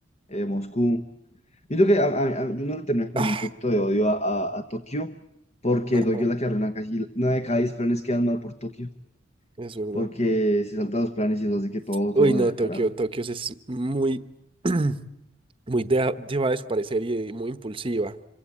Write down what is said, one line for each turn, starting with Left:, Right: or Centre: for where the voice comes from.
Left: eh, Moscú. Yo creo que a, a- a- yo no le termina cogiendo
Right: Ah,
Left: un poquito de odio a, a, a Tokio, porque
Right: ajá,
Left: Tokio es la que arruina casi una de cada 10 planes quedan mal por Tokio,
Right: es verdad.
Left: porque se saltan los planes y eso hace que todos,
Right: Uy,
Left: todos
Right: no,
Left: vayan al
Right: Tokio,
Left: carajo.
Right: Tokio es muy, <clears throat> muy de- llevada de su parecer y muy impulsiva.